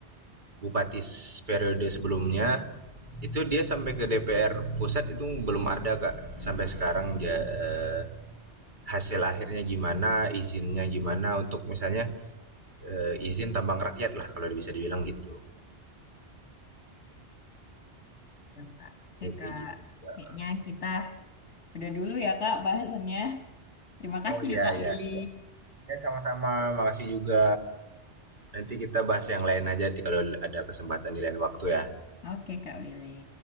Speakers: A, on the right; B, on the left.
A: bupati periode sebelumnya itu dia sampai ke DPR pusat itu belum ada kak sampai sekarang ja- eh, hasil akhirnya gimana izinnya gimana untuk misalnya eh, izin tambang rakyat lah kalau bisa dibilang gitu
B: ya, Kak. Oke,
A: Kayak
B: Kak.
A: kayak gitu sih, Kak.
B: Kayaknya kita udah dulu ya, Kak, bahasannya. Terima kasih
A: Oh, iya
B: ya Kak Willy.
A: ya. Ya sama-sama, makasih juga. Nanti kita bahas yang lain aja di kalau ada kesempatan di lain waktu ya.
B: Oke Kak Willy.